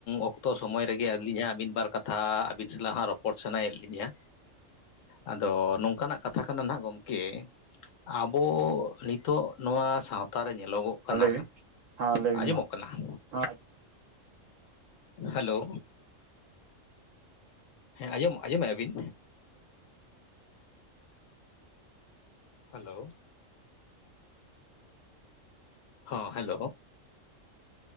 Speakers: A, on the left; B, on the right.
A: ᱚᱠᱛᱚ ᱥᱚᱢᱚᱭ ᱨᱮᱜᱮ ᱟᱹᱞᱤᱧ ᱦᱟᱸᱜ ᱢᱤᱫ ᱵᱟᱨ ᱠᱟᱛᱷᱟ ᱟᱹᱵᱤᱱ ᱥᱟᱞᱟᱜ ᱦᱟᱸᱜ ᱨᱚᱯᱚᱲ ᱥᱟᱱᱟᱭᱮᱫ ᱞᱤᱧᱟᱹ᱾ ᱟᱫᱚ ᱱᱚᱝᱠᱟᱱᱟᱜ ᱠᱟᱛᱷᱟ ᱠᱟᱱᱟ ᱱᱟᱜ ᱜᱚᱝᱠᱮ, ᱟᱵᱚ ᱱᱤᱛᱳᱜ ᱱᱚᱣᱟ ᱥᱟᱶᱛᱟ ᱨᱮ ᱧᱮᱞᱚᱜᱚᱜ ᱠᱟᱱᱟ
B: ᱞᱟᱹᱭᱵᱤᱱ ᱦᱮᱸ ᱞᱟᱹᱭᱵᱤᱱ
A: ᱟᱸᱡᱚᱢᱚᱜ
B: ᱢᱟ
A: ᱠᱟᱱᱟ
B: ᱦᱮᱸ
A: ᱦᱮᱞᱳ ᱦᱮᱸ ᱟᱸᱡᱚᱢ ᱟᱸᱡᱚᱢᱚᱜᱼᱟ ᱵᱤᱱ ᱦᱮᱞᱳ ᱦᱚᱸ ᱦᱮᱞᱳ